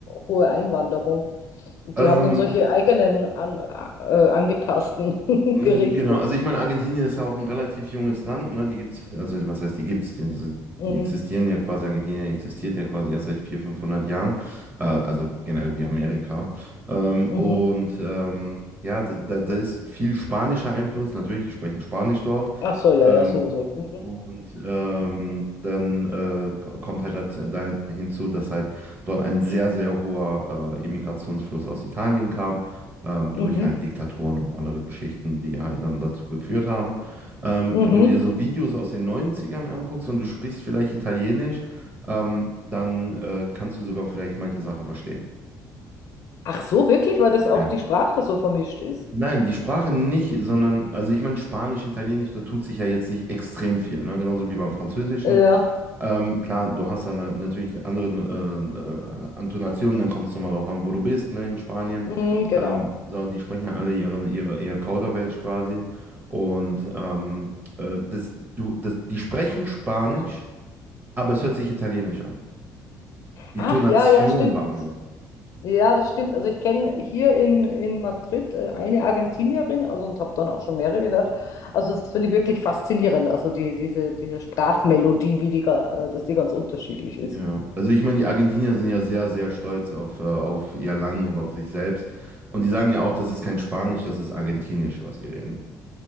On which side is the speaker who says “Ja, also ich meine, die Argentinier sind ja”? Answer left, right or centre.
Right